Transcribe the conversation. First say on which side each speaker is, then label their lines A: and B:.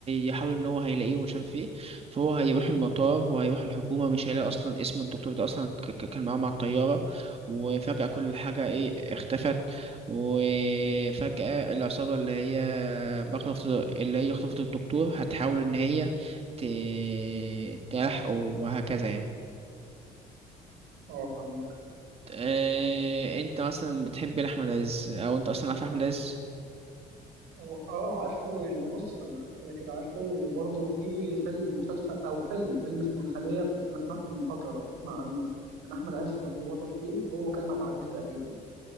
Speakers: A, on the right; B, on the right.
A: هيحاول ان هو هيلاقيه ومش عارف ايه فهو هيروح المطار وهيروح الحكومه مش هيلاقي اصلا اسم الدكتور ده اصلا ك- ك- كان معاه مع الطياره وفجاه كل حاجه ايه اختفت وفجاه العصابه اللي هي بخطف اللي هي خطفت الدكتور هتحاول ان هي ت- تلحقه وهكذا يعني
B: اه فاهمك
A: آه انت مثلا بتحب احمد عز او انت اصلا عارف احمد عز
B: هو- اه عارفه يعني انا بص انا كده كده عارفه وبرضه في فيلم مسلسل او فيلم فيلم اسمه الخليه بس انا سمعته من فتره لو تسمع عنه كان احمد عز برضه بطل فيه هو وكريم عبد العزيز تقريبا